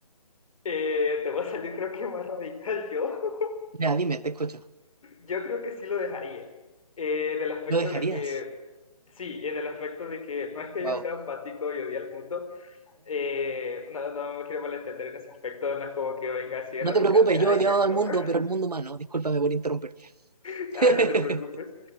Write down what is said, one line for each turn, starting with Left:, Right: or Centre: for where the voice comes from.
Left: Eh, te voy a salir creo que más radical yo. <laughs>
Right: Ya, dime, te escucho.
Left: Yo creo que sí lo dejaría. Eh, en el aspecto
Right: ¿Lo dejarías?
Left: de que, sí, en el aspecto de que no es que
Right: Wow.
Left: yo sea apático y odie al mundo, Eh, no, no me quiero malentender en ese aspecto, no es como que venga así de
Right: No
Left: radical
Right: te preocupes,
Left: de ay,
Right: yo he odiado
Left: que acabar,
Right: al mundo, pero el mundo humano. Discúlpame por interrumpirte.
Left: <laughs>
Right: <laughs>
Left: ah, no te preocupes.